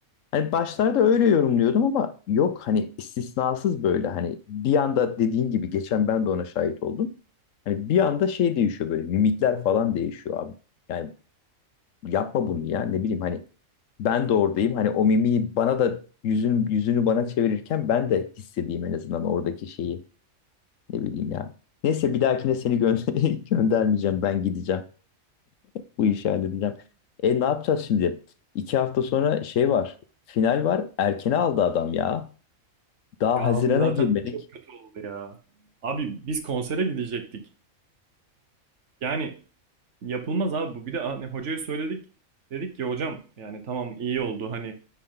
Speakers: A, on the left; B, on the right.
A: Hani başlarda öyle yorumluyordum ama yok hani istisnasız böyle hani bir anda dediğin gibi geçen ben de ona şahit oldum. Hani bir anda şey değişiyor böyle mimikler falan değişiyor abi. Yani yapma bunu ya ne bileyim hani ben de oradayım. Hani o mimiği bana da yüzünü, yüzünü bana çevirirken ben de hissedeyim en azından oradaki şeyi ne bileyim ya. Neyse bir dahakine seni gö- <laughs> göndermeyeceğim. Ben gideceğim. Bu işi halledeceğim. E ne yapacağız şimdi? İki hafta sonra şey var. Final var. Erkene aldı adam ya. Daha
B: Ya
A: Haziran'a
B: abi zaten
A: girmedik.
B: çok kötü oldu ya. Abi biz konsere gidecektik. Yani yapılmaz abi bu. Bir de hani hocaya söyledik. Dedik ki hocam yani tamam iyi oldu hani